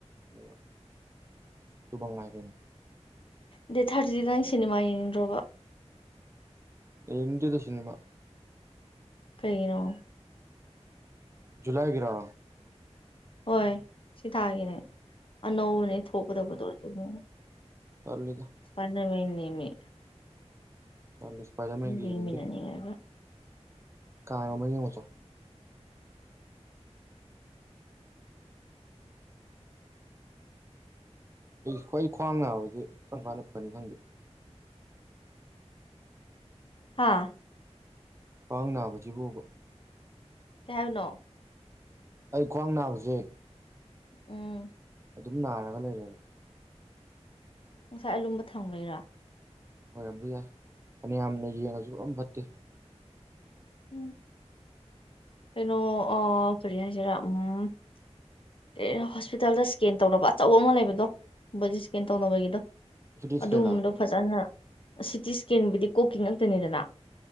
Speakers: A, on the right; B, on the left.
A: ꯑꯗꯨꯒ ꯇꯨꯕ ꯉꯥꯏꯗꯣꯏꯅꯣ
B: ꯗꯦ ꯊꯥꯔꯇꯗꯪ ꯁꯤꯅꯦꯃꯥ ꯌꯦꯅꯤꯟ꯭ꯔꯣꯕ
A: ꯑꯦꯗꯗ ꯁꯤꯟꯅꯦꯃ
B: ꯀꯩꯩꯅꯣ
A: ꯖꯨꯨꯂꯥꯏꯒꯤꯔꯣ
B: ꯍꯣꯏ ꯁꯤ ꯊꯥꯒꯤꯅꯦ ꯑꯅꯧꯕꯅꯦ ꯊꯣꯛꯀꯗꯕꯗꯣ ꯑꯗꯨꯅꯦ
A: ꯇꯔꯂꯦꯗ
B: ꯐꯅ ꯃꯅꯤꯃꯤ
A: ꯇꯥꯜꯂꯦ ꯏꯁꯄꯥꯏꯗꯔ ꯃꯍꯒ ꯆꯥꯡꯅꯡꯗꯦ
B: ꯌꯦꯡꯃꯤꯟꯅꯅꯤꯡꯉꯒ
A: ꯀꯥ ꯑꯃ ꯌꯦꯡꯉꯣꯆꯣ ꯈ꯭ꯋꯥꯏ ꯈ꯭ꯋꯥꯡ ꯅꯥꯕꯕꯁꯤ ꯀꯔꯝ ꯀꯥꯟꯅ ꯐꯅꯤ ꯈꯪꯗꯦ
B: ꯍꯥꯥ
A: ꯈꯋꯥ ꯅꯥꯕꯁꯤꯕꯥꯕ
B: ꯀꯩꯍꯥꯏꯅꯦ
A: ꯑꯩ ꯈ꯭ꯋꯥꯡ ꯅꯥꯕꯁꯦ
B: ꯎꯝ
A: ꯑꯗꯨꯝ ꯅꯥꯔꯒ ꯂꯩꯔꯦꯕ
B: ꯉꯁꯥꯏ ꯑꯂꯨꯝꯕ ꯊꯝꯕꯩꯔꯥ
A: ꯑꯣꯏꯔꯝꯕ ꯌꯥꯏ ꯐꯅꯌꯥꯝꯅ ꯌꯦꯡꯉꯁꯨ ꯑ ꯐꯠꯇꯦ
B: ꯎꯝ ꯀꯩꯅꯣ ꯑ ꯀꯔꯤ ꯍꯥꯏꯁꯤꯔꯥ ꯎꯝ ꯑꯦ ꯍꯣꯁꯄꯤꯇꯥꯜꯗ ꯁ꯭ꯀꯦꯟ ꯇꯧꯔꯕ ꯑꯆꯧꯕ ꯑꯃ ꯂꯩꯕꯗꯣ ꯕꯣꯗꯤ ꯁ꯭ꯀꯦꯟ ꯇꯧꯅꯕꯒꯤꯗꯣ
A: ꯁꯤꯇꯤ
B: ꯑꯗꯨꯒꯨꯝꯕꯗꯣ
A: ꯁ꯭ꯀꯦꯟꯂꯥ
B: ꯐꯖꯅ ꯁꯤꯇꯤ ꯏꯁꯀꯦꯟꯕꯨꯗꯤ ꯀꯣꯛꯀꯤ ꯉꯥꯛꯇꯅꯤꯗꯅ